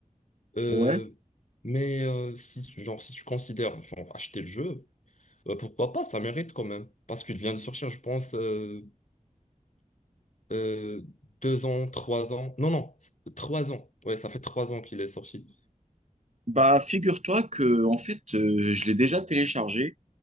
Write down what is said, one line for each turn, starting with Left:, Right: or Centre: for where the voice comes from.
Left: Euh,
Right: Ouais.
Left: mais euh, si, tu- genre, si tu considères genre, acheter le jeu, euh, pourquoi pas, ça mérite quand même. Parce qu'il vient de sortir, je pense, euh, euh, deux ans, trois ans. Non, non, trois ans. Ouais, ça fait trois ans qu'il est sorti.
Right: Bah, figure-toi que, en fait, euh, je l'ai déjà téléchargé.